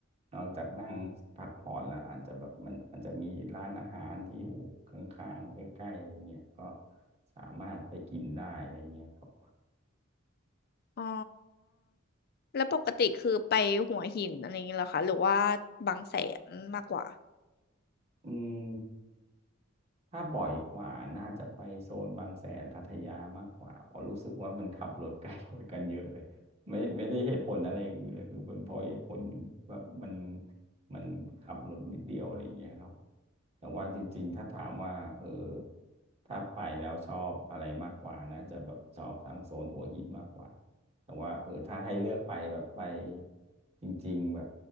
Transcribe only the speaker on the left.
อ๋อแล้วปกติคือไปหัวหินอะไรอย่างงี้เหรอคะหรือว่าบางแสนมากกว่า